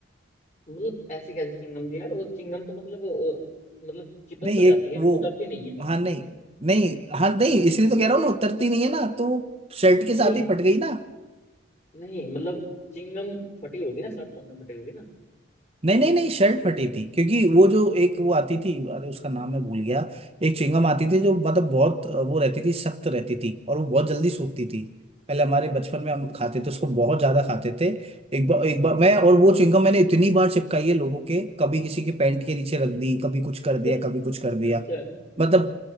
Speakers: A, on the left; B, on the right.
A: मतलब ऐसी कैसी चिंगम थी यार वो चिंगम तो मतलब अ, मतलब चिपक
B: नहीं
A: तो जाती
B: एक
A: है
B: वो
A: उतरती नहीं है
B: हाँ नहीं नहीं हाँ नहीं इसलिए तो कह रहा हूँ ना उतरती नहीं है ना तो शर्ट के
A: नहीं
B: साथ ही फट गई ना
A: नहीं मतलब चिंगम फटी होगी ना शर्ट तुमने फटी होगी ना
B: नहीं नहीं नहीं शर्ट फटी थी क्योंकि वो जो एक वो आती थी अरे उसका नाम मैं भूल गया एक च्युइंगम आती थी जो मतलब बहुत अ, वो रहती थी सख्त रहती थी और वो बहुत जल्दी सूखती थी पहले हमारे
A: अच्छा
B: बचपन में हम खाते थे उसको बहुत ज्यादा खाते थे एक बार
A: हम्म
B: एक बार मैं और वो च्युइंगम मैंने इतनी बार चिपकाई है लोगों के कभी किसी के पैंट के नीचे रख दी कभी कुछ
A: <laughs>
B: कर दिया कभी कुछ कर दिया
A: अच्छा
B: मतलब